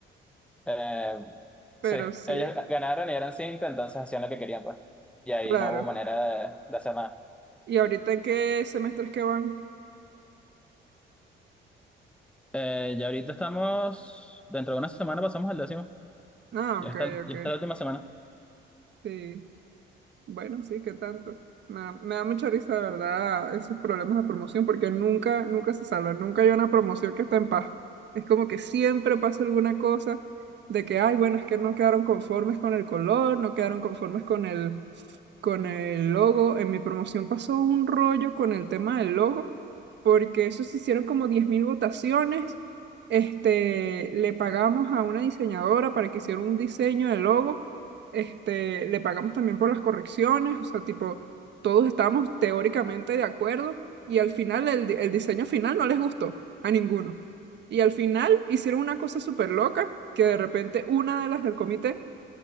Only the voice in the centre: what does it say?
eh,
sí,
ellos ganaron y eran cinco, entonces hacían lo que querían, pues. Y ahí
no hubo manera de, de hacer nada.
Eh, ya ahorita estamos, dentro de una semana pasamos al décimo.
Ya
está, ya
está la última semana.